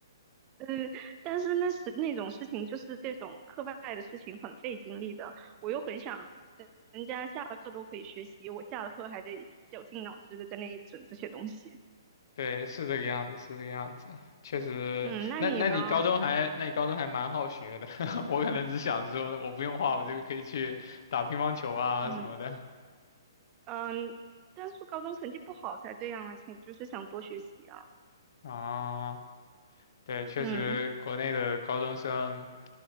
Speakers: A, on the right; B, on the left.
A: 呃，但是那是那种事情，就是这种课外的事情很费精力的。我又很想人人家下了课都可以学习，我下了课还得绞尽脑汁的在那里整这些东西。
B: 对，是这个样子，是这个样子，确实。
A: 嗯，那你呢？
B: 那那你高中还那你高中还蛮好学的，<laughs> 我可能只想说我不用画，我就可以去打乒乓球啊什么的
A: 嗯嗯，但是高中成绩不好才这样啊，才就是想多学习啊。
B: 啊。哦对，确实国内的高中生，
A: 嗯。